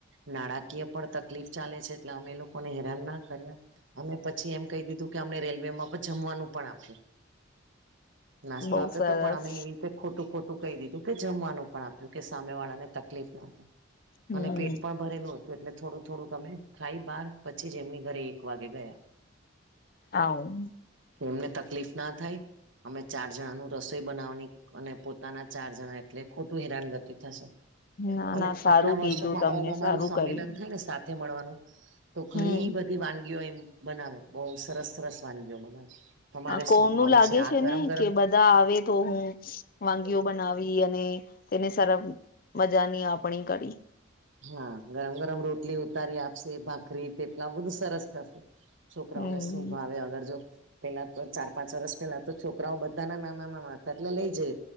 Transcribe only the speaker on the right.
નાણાકીય પણ તકલીફ ચાલે છે એટલે અમે એ લોકોને હેરાન ના કર્યા અમે પછી એમ કહી દીધું કે અમને રેલવેમાં પણ જમવાનું પણ આપ્યું નાસ્તો
આપ્યો
તો પણ અમે એવી રીતે ખોટું ખોટું કહી દીધું કે જમવાનું પણ આપ્યું કે સામે વાળા ને તકલીફ ના થાય.
અને પેટ પણ ભરેલું હતું એટલે થોડું થોડુંક અમે ખાઈ બહાર પછી જ એમની ઘરે વાગે ગયા
હ એમને તકલીફ ના થાય અમે ચાર જણાનું રસોઈ બનાવવાની અને પોતાના ચાર જણા એટલે ખોટું હેરાનગતિ થશે
અને
આટલા વર્ષોમાં
ઓમ અમારું
સંમેલન
થાય ને સા થે મળવાનું તો ઘણી
બધી વાન યો એ બનાવે બહુ સરસ સરસ વાનગીઓ બનાવે. તમારે
શું ખાવું
આ
ગરમ
ગરમ
હા ગરમ ગરમ રોટલી ઉતારી આપશે, ભાખરી થેપલાં બધું સરસ કરશે. છોકરાઓને
શું ભાવે અગર જો પેલાં તો ચાર પાંચ વર્ષ પેહલાં તો છોકરાઓ બધાના નાના નાના હતાં એટલે લય જઈએ.